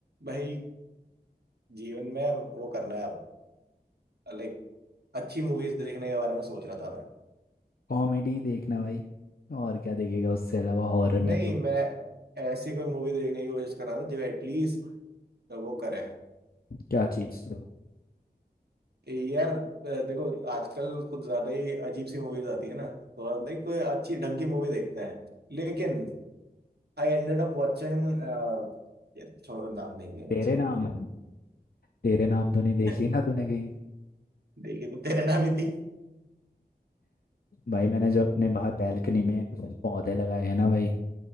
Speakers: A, on the right; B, on the left.
A: भाई जीवन में वो करना है अब लाइक अच्छी मूवीज देखने के बारे में सोच रहा था मैं
B: कॉमेडी देखना भाई और क्या देखेगा उससे अलावा हॉरर
A: नहीं
B: में तो
A: मैं ऐसी कोई मूवी देखने की कोशिश कर रहा था जो एटलीस्ट वो करे
B: क्या चीज़
A: यार देखो आजकल कुछ ज्यादा ही अजीब सी मूवीज आती है ना तो लाइक कोई अच्छी ढंग की मूवी देखते हैं लेकिन आई एंडेड अप वॉचिंग छोड़ो नाम नहीं लेना
B: तेरे
A: चाहिए
B: नाम
A: मुझे
B: तेरे नाम तो नहीं देख
A: <laughs>
B: ली ना तूने कहीं
A: देखी तो तेरे नाम ही थी
B: भाई मैंने जो अपने बाहर बैल्कनी में पौधे लगाए हैं ना भाई